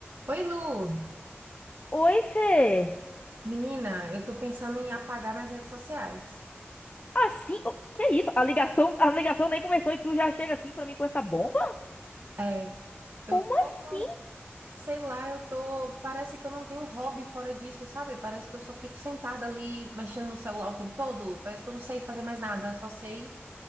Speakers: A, on the right; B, on the left.
A: Oi, Lu!
B: Oi, Fê!
A: Menina, eu tô pensando em apagar minhas redes sociais.
B: Assim, que é isso? A ligação, a ligação nem começou e tu já chega assim pra mim com essa bomba?
A: É, eu
B: Como
A: tô,
B: assim?
A: sei lá, eu tô. Parece que eu não tenho hobby fora disso, sabe? Parece que eu só fico sentada ali mexendo no celular o tempo todo. Parece que eu não sei fazer mais nada, só sei